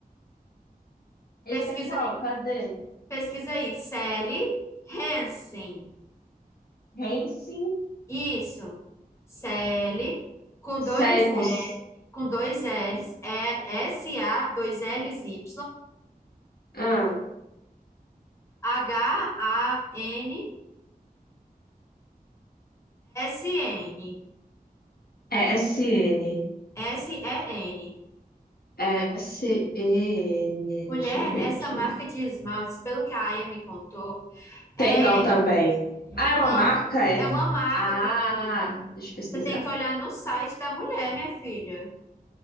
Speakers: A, on the left (about 80°); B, on the left (about 20°).
A: Esse
B: Pesquisa
A: é qual?
B: aí.
A: Cadê?
B: Pesquisa aí. Sally Hansen.
A: Hansen?
B: Isso. Sally com
A: Série
B: dois
A: com...
B: L,
A: s-
B: com dois L's, é S A, dois L's Y,
A: Ah,
B: H A N S N.
A: é SN.
B: S E N.
A: É SN.
B: Mulher,
A: Deixa eu ver
B: essa
A: aqui.
B: marca de esmaltes, pelo que a Aya me contou, é,
A: Tem não também. Ah, é
B: não,
A: uma marca, é?
B: é uma marca
A: Ah,
B: que
A: deixa eu pesquisar.
B: Você tem que olhar no site da mulher, minha filha.